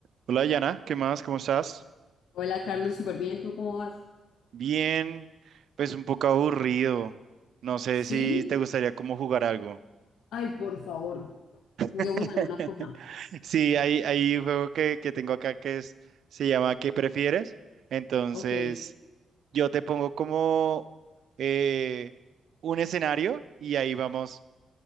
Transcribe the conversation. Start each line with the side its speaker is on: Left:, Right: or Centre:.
Right: Hola, Yana, ¿qué más? ¿Cómo estás?
Left: Hola Carlos, súper bien. ¿Tú cómo vas?
Right: Bien, pues un poco aburrido. No sé
Left: Sí.
Right: si te gustaría como jugar algo.
Left: Ay, por favor, juguemos
Right: <laughs>
Left: alguna cosa.
Right: Sí, hay, hay un juego que, que tengo acá que es, se llama ¿Qué prefieres? Entonces,
Left: Ok,
Right: yo te pongo como eh, un escenario y ahí vamos